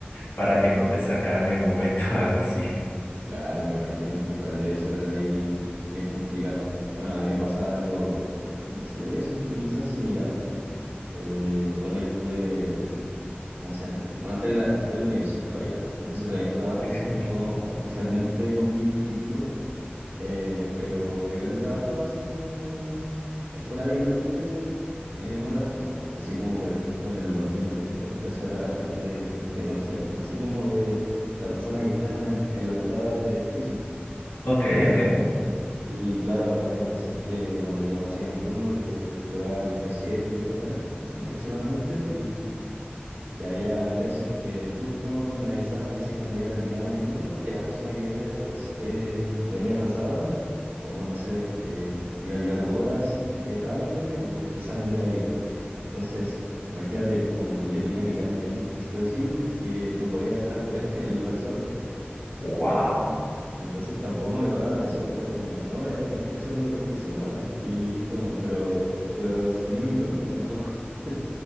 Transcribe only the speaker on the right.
claro, me imagino. Igual debe ser ahí bien complicado. Bueno, a mí me pasaba algo, eh, se podría decir que quizás similar. Eh, bueno, yo estuve ¿Cómo se llama esto? Bueno, estoy en la, estoy en la universidad todavía, entonces todavía no trabajo
así como oficialmente con mi título, eh, pero igual he trabajado así como esporádicamente en otras cosas, así como por ejemplo en el 2020 empecé a trabajar de, de conserje, así como de la persona que está en, una, en la entrada del edificio.
Y claro, habían veces que, bueno, yo hacía mi turno que duraba entre 7, 8 horas aproximadamente y había veces que justo me avisaban así cuando ya terminaba mi turno, que la persona que venía después eh, venía atrasada o no sé, eh, iba a llegar dos horas eh, tarde o quizás no iba a llegar. Entonces, imagínate como que yo tenía que quedarme ahí sí o sí porque no podía dejar <laughs> el lugar solo.
Y era, y entonces tampoco me pagaban eso, era como, no, eh, tenéis que hacerlo porque sí nomás. Y es como, pero, pero si no es mi culpa tampoco. <laughs>